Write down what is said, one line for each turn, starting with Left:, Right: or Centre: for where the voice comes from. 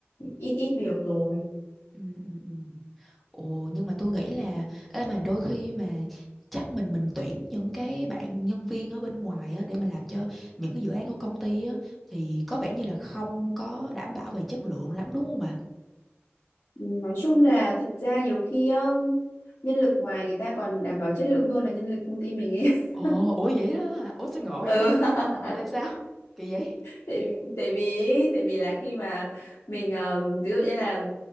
Left: ít ít việc rồi
Centre: ừ, ừ, ừ. Ồ nhưng mà tôi nghĩ là ê mà đôi khi mà chắc mình mình tuyển những cái bạn nhân viên ở bên ngoài á để mà làm cho những cái dự án của công ty á thì có vẻ như là không có đảm bảo về chất lượng lắm đúng không bà?
Left: Nói chung là thật ra nhiều khi á, nhân lực ngoài người ta còn đảm bảo chất lượng hơn là nhân lực công ty mình ấy. <laughs>
Centre: Ồ, ủa vậy đó hả? Ủa sao ngộ
Left: Ừ.
Centre: vậy? <laughs>
Left: <laughs>
Centre: Ủa tại sao? Kỳ vậy?
Left: Tại, tại vì ấy, tại vì là khi mà mình ờ, ví dụ như là